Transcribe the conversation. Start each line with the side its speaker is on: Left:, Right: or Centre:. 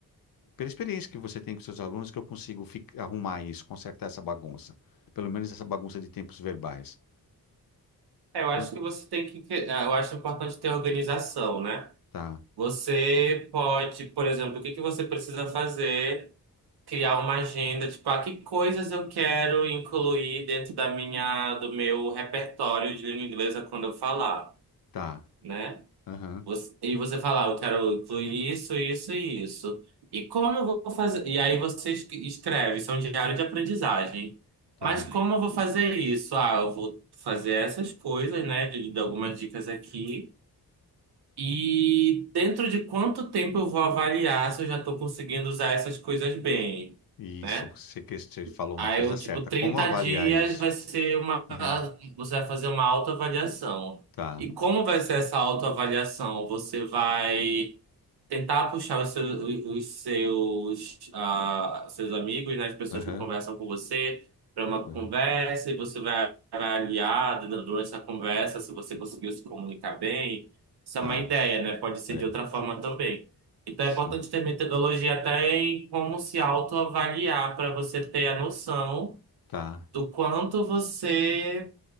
Left: pela experiência que você tem com seus alunos, que eu consigo fi- arrumar isso, consertar essa bagunça. Pelo menos essa bagunça de tempos verbais.
Right: É, Eu
Left: Quanto
Right: acho que você tem que, eu acho importante ter organização, né?
Left: tá,
Right: Você pode, por exemplo, o que que você precisa fazer? Criar uma agenda, tipo, ah, que coisas eu quero incluir dentro da minha, do meu repertório de língua inglesa quando eu falar,
Left: tá,
Right: né?
Left: aham,
Right: Você- e você falar, eu quero incluir isso, isso e isso. E como eu vou fazer? E aí você es- escreve, isso é um diário de aprendizagem.
Left: tá.
Right: Mas como eu vou fazer isso? Ah, eu vou fazer essas coisas, né? De, de algumas dicas aqui. E dentro de quanto tempo eu vou avaliar se eu já estou conseguindo usar essas coisas bem,
Left: Isso,
Right: né?
Left: você, que- você falou
Right: Aí
Left: uma coisa
Right: eu, tipo,
Left: certa.
Right: 30
Left: Como avaliar
Right: dias
Left: isso?
Right: vai ser uma.
Left: Aham,
Right: Você vai fazer uma autoavaliação.
Left: tá,
Right: E como vai ser essa autoavaliação? Você vai. Tentar puxar os seus, os seus, ah, seus amigos, né, as pessoas
Left: aham,
Right: que conversam com você, para uma
Left: aham,
Right: conversa, e você vai avaliar du- durante essa conversa se você conseguiu se comunicar bem. Isso
Left: tá.
Right: é uma ideia, né? Pode ser
Left: É,
Right: de outra forma também. Então
Left: sim,
Right: é importante ter metodologia até em como se autoavaliar para você ter a noção
Left: tá.
Right: do quanto você